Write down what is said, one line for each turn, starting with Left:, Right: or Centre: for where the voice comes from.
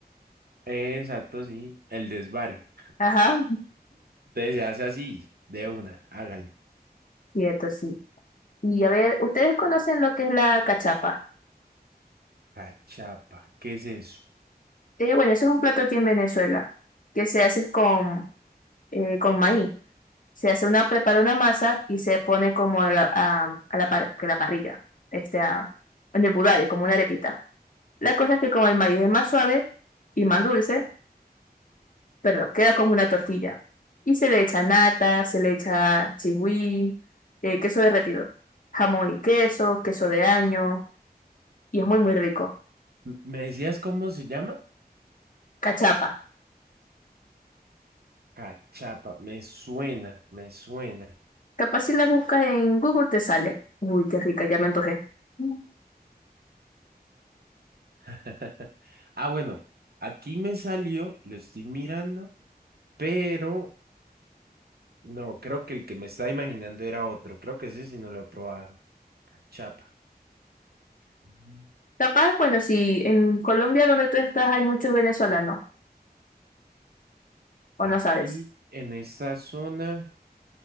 Right: <laughs> Exacto, sí, el desvare.
Left: Ajá,
Right: Entonces se hace así, de una, hágale.
Left: <laughs> cierto, sí. Y a ver, ¿ustedes conocen lo que es la cachapa?
Right: Cachapa, ¿qué es eso?
Left: Eh, bueno, eso es un plato aquí en Venezuela, que se hace con, eh, con maíz. Se hace una, prepara una masa y se pone como a la, a- a la, par- que la parrilla, este, a- en el budare, como una arepita. La cosa es que como el maíz es más suave y más dulce, perdón, queda como una tortilla. Y se le echa nata, se le echa chigüí, eh, queso derretido, jamón y queso, queso de año. y es muy,
Right: Eh,
Left: muy rico.
Right: m- ¿Me decías cómo se llama?
Left: Cachapa.
Right: Cachapa, me suena, me suena.
Left: Capaz si las buscas en Google te sale. Uy, qué rica, ya me antojé. Mm.
Right: <laughs> Ah, bueno, aquí me salió, lo estoy mirando, pero No, creo que el que me estaba imaginando era otro. Creo que ese sí no lo he probado. Cachapa. Mm.
Left: Capaz, bueno, si en Colombia donde tú estás hay muchos venezolanos, o
Right: Aquí
Left: no sabes.
Right: en esta zona,